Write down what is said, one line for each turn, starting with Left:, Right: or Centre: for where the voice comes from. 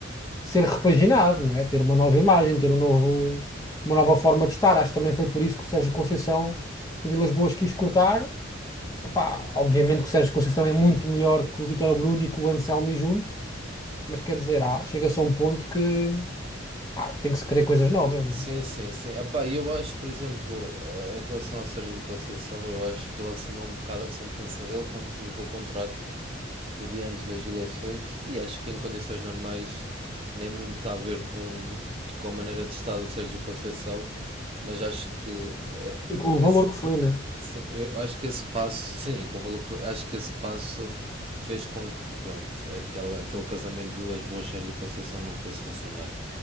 Left: ser repaginado, não é? Ter uma nova imagem, ter um novo, uma nova forma de estar. Acho que também foi por isso que o Sérgio Conceição que o Vilas Boas quis cortar Epá, obviamente que o Sérgio Conceição é muito melhor que o Vítor Abreu e que o Anselmi juntos, mas quer dizer, ah, chega-se a um ponto que pá, tem que se querer coisas novas, né?
Right: Sim, sim, sim. Epá, e eu acho que, por exemplo, ah, em relação ao Sérgio Conceição, eu acho que ele assinou um bocado a sentença dele quando renovou o contrato no dia antes das eleições e acho que em condições normais nem muito a ver com, com a maneira de estar do Sérgio Conceição, mas acho que eh,
Left: E com o
Right: esse,
Left: valor que foi, né?
Right: Sim, eu acho que esse passo, sim, com o valor que foi, acho que esse passo fez com que, pronto, aquela, aquele casamento de Vilas Boas Sérgio Conceição não fosse funcionar.